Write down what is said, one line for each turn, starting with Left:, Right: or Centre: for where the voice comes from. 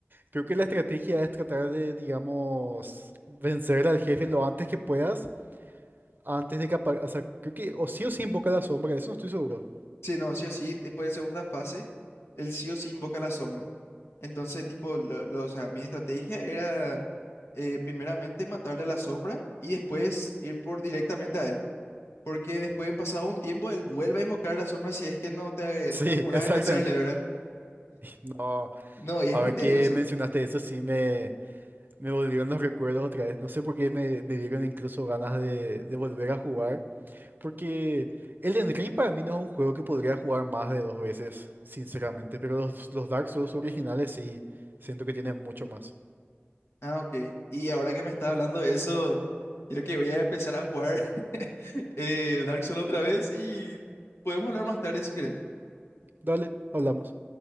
Right: Creo que la estrategia es tratar de, digamos, vencer al jefe lo antes que puedas, antes de que apa- O sea, creo que o sí o sí invoca la sombra, eso no estoy seguro.
Left: Sí, no, sí o sí, después de segunda fase, él sí o sí invoca la sombra. Entonces, tipo, lo, lo- o sea, mi estrategia era eh, primeramente matarle a la sombra y después ir por directamente a él. porque después, pasado un tiempo, él vuelve a invocar la sombra si es que no te,
Right: Sí,
Left: no te
Right: <laughs>
Left: apuras
Right: exactamente.
Left: en Sí, vencerle, ¿verdad?
Right: No,
Left: No, y
Right: ahora
Left: es muy tedioso.
Right: que mencionaste
Left: sí.
Right: eso, sí me, me volvieron los recuerdos otra vez. No sé por qué me, me dieron incluso ganas de, de volver a jugar. Porque Elden Ring para mí no es un juego que podría jugar más de dos veces, sinceramente, pero los, los Dark Souls originales sí, siento que tienen mucho más.
Left: Ah, ok. Y ahora que me está hablando de eso, creo que voy a empezar a jugar <laughs> eh, Dark Souls otra vez y podemos hablar más tarde si quieres.
Right: Dale, hablamos.